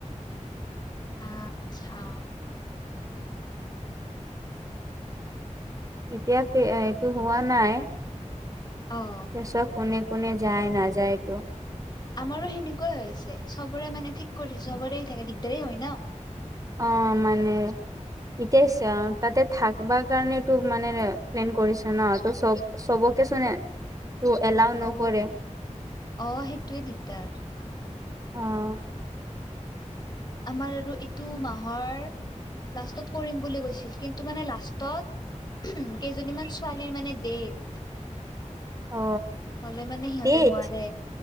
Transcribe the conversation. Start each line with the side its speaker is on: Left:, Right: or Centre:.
Left: অঁ আচ্ছা
Right: এতিয়া সেইয়া-এইটো হোৱা নাই।
Left: অ
Right: <unintelligible> কোনে কোনে যায় নাযায় কিয়?
Left: আমাৰো সেনেকুৱাই হৈ আছে, চবৰে মানে ঠিক কৰিছে, চবৰে থাকে দিগদাৰেই হয় ন।
Right: অ', মানে, এতিয়া <unintelligible> তাতে থাকিব কাৰণেতো মানে প্লেন কৰিছে ন, ত' চব-চবকেচোন তো এলাও নকৰে।
Left: অ অ', সেইটোৱে দিগদাৰ।
Right: অ'।
Left: আমাৰ আৰু এইটো মাহৰ লাষ্টত কৰিম বুলি কৈছিল কিন্তু মানে লাষ্টত কেইজনীমান ছোৱালীৰ মানে দেত
Right: অ
Left: হ'লে মানে সিহঁতে
Right: তেজ
Left: নোৱাৰে